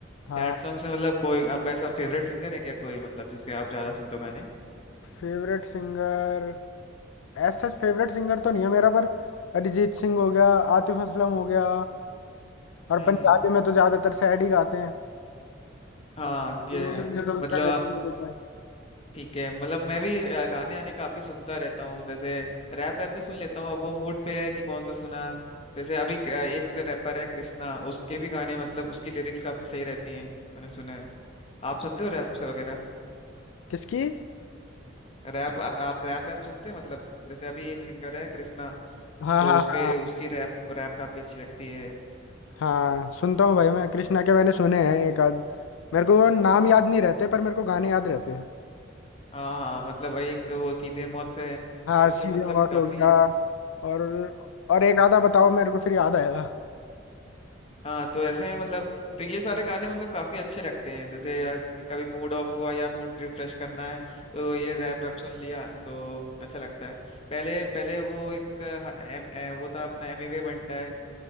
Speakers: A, on the left (about 85°); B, on the left (about 30°).
A: हाँ
B: सैड सॉन्ग्स में मतलब कोई आपका ऐसा फेवरेट सिंगर है क्या कोई मतलब जिसके आप ज्यादा सुनते हो गाने
A: Favourite singer as such favourite singer तो नहीं है मेरा पर अरिजीत सिंह हो गया आतिफ असलम हो गया और
B: हम्म
A: पंजाबी
B: हम्म
A: में तो ज्यादातर सैड ही गाते हैं
B: हाँ ये
A: तो वो सुन के तो बंदा
B: मतलब आप
A: वैसे ही रो देता है
B: ठीक है मतलब मैं भी अ, गाने आने काफी सुनता रहता हूँ जैसे रैप ऐप भी सुन लेता हूँ अब वो मूड पे है कि कौन सा सुना जैसे अभी क- एक रैपर है कृष्णा उसके भी गाने मतलब उसकी लिरिक्स काफी सही रहती हैं मैंने सुना है आप सुनते हो रैप से वगैरह
A: किसकी
B: रैप आ- आप रैप ऐप सुनते हैं मतलब जैसे अभी एक सिंगर है कृष्णा
A: हाँ
B: तो
A: हाँ
B: उसके
A: हाँ
B: उसकी रैप रैप काफी अच्छी लगती है
A: हाँ सुनता हूँ भाई मैं कृष्णा के मैंने सुने हैं एक आध मेरे को वो नाम याद नहीं रहते पर मेरे को गाने याद रहते हैं
B: हाँ हाँ मतलब भाई एक वो सीधे मौत है
A: हाँ
B: वो
A: सीधे
B: सब मतलब
A: मौत
B: काफी
A: हो गया और और एक आधा बताओ मेरे को फिर याद आएगा
B: हाँ तो ऐसे हैं मतलब तो ये सारे गाने मतलब काफी अच्छे लगते हैं जैसे अ, कभी मूड ऑफ हुआ या मूड रिफ्रेश करना है तो ये रैप वैप सुन लिया तो अच्छा लगता है पहले पहले वो एक अ, ह- एम, ए, वो था अपना एमिवे बनता है